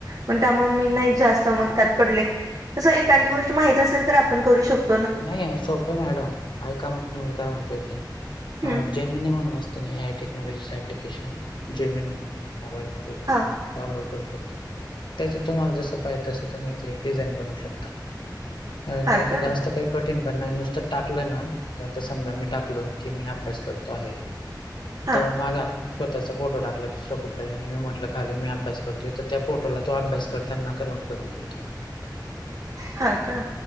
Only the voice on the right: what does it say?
पण त्यामुळं मग मी नाही जास्त मणक्यात पडले तसं एखादी गोष्ट माहित असेल तर आपण करू शक
हम्म
हा
हा
का
हा
हा का?